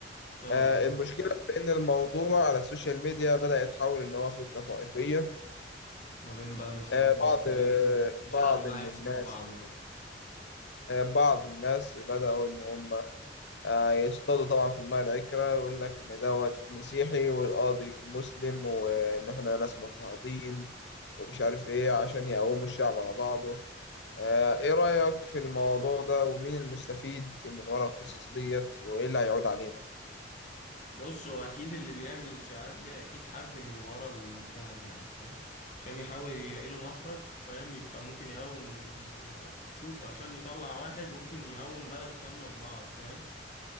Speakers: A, on the left; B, on the left.
A: اه
B: آه،
A: بالظبط
B: المشكلة في إن الموضوع على السوشيال ميديا بدأ يتحول إن هو فتنة طائفية
A: ما بين بقى المسلمين
B: آه،
A: والمسيحيين
B: بعض آه،
A: والشعب
B: بعض
A: بقى
B: من
A: يمسك
B: الناس
A: في بعضه بقى
B: آه، بعض الناس بدأوا إن هم آه، يصطادوا طبعا في الماء العكرة ويقول لك إن دوت مسيحي والقاضي مسلم وإن إحنا ناس مضطهدين ومش عارف إيه عشان يقوموا الشعب على بعضه آه، إيه رأيك في الموضوع ده ومين المستفيد من ورا القصص ديت وإيه اللي هيعود علينا؟
A: بص هو اكيد اللي بيعمل الاشاعات دي اكيد حد من ورا المتهم يعني فاهم عشان يحاول يلاقي له مخرج فاهم فممكن يقوم يشوف عشان يطلع واحد ممكن يقوم بلد كامله في بعض فاهم